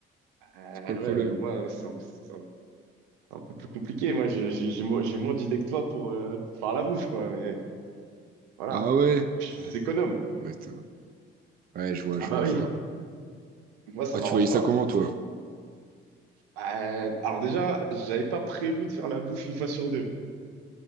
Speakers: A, on the right; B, on the right.
A: Ah
B: C'est quoi le
A: ouais,
B: problème?
A: mais moi, c'est un, un peu plus compliqué. Moi, j'ai j'ai- j'ai mo- j'ai moins d'idées que toi pour euh, faire la bouffe, quoi. Mais voilà,
B: Ah
A: moi,
B: ouais?
A: je suis plus économe.
B: Ouais, t'as- ouais, je vois,
A: Ah
B: je
A: bah
B: vois,
A: oui,
B: je vois.
A: moi, ça
B: Ouais,
A: m'arrange
B: tu voyais
A: pas.
B: ça comment, toi?
A: Bah, alors déjà, j'avais pas prévu de faire la bouffe une fois sur deux.